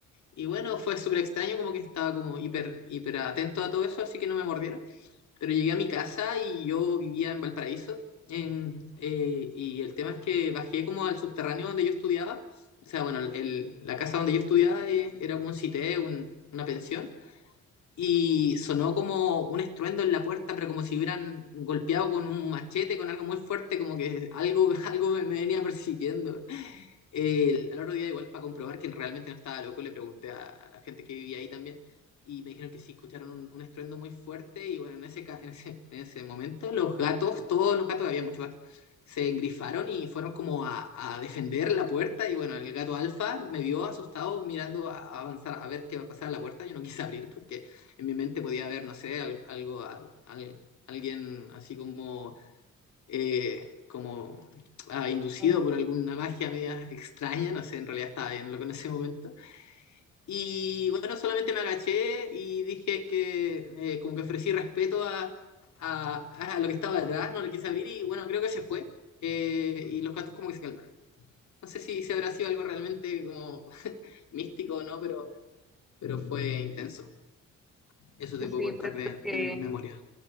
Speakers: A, on the left; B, in the centre.
A: Y bueno, fue súper extraño, como que estaba como hiper, hiper atento a todo eso, así que no me mordieron pero llegué a mi casa y yo vivía en Valparaíso. en- eh, y el tema es que bajé como al subterráneo donde yo estudiaba. O sea, bueno, el- la casa donde yo estudiaba eh, era como un cité, un- una pensión. Y sonó como un estruendo en la puerta, pero como si hubieran golpeado con un machete, con algo muy fuerte, como que algo, <laughs> algo me, me venía persiguiendo. El- al otro día, igual, para comprobar que realmente no estaba loco, le pregunté a, a la gente que vivía ahí también y me dijeron que sí, escucharon un, un estruendo muy fuerte y bueno, en ese, ca- en ese, en ese momento los gatos, todos los gatos, había muchos gatos, se engrifaron y fueron como a, a defender la puerta y bueno, el gato alfa me vio asustado mirando a, a avanzar, a ver qué va a pasar a la puerta, yo no quise abrir porque en mi mente podía haber, no sé, al- algo, al- al- alguien así como eh, como ah, inducido
B: Como-
A: por alguna magia media extraña, no sé, en realidad estaba bien loco en ese momento. Y bueno, solamente me agaché y dije que eh, como que ofrecí respeto a, a- a lo que estaba detrás, no le quise abrir y bueno, creo que se fue. eh, y los gatos como que se calmaron. No sé si, si habrá sido algo realmente como <laughs> místico o no, pero, pero fue intenso. Eso te puedo
B: Sí,
A: contar
B: pues
A: de,
B: es que
A: de mis memorias.